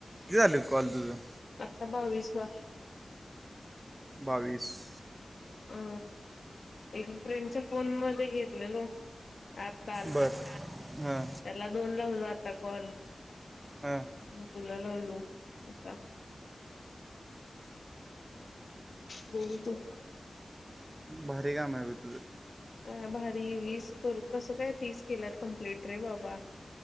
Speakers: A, on the right; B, on the left.
A: किती झालेत कॉल तुझं-
B: तबा विशवा <inaudible>
A: बावीस-
B: अ एका फ्रेंडच्या फोन मध्ये घेतलेलो आप काल
A: बर
B: त्याला
A: हां
B: दोन लावल आता कॉल.
A: ह.
B: मी तुला लावलो असा. बोलतो.
A: भारी काम आहे बग तुझं
B: काय भारी वीस करू कसं काय तीस केलात कंप्लीट रे बाबा.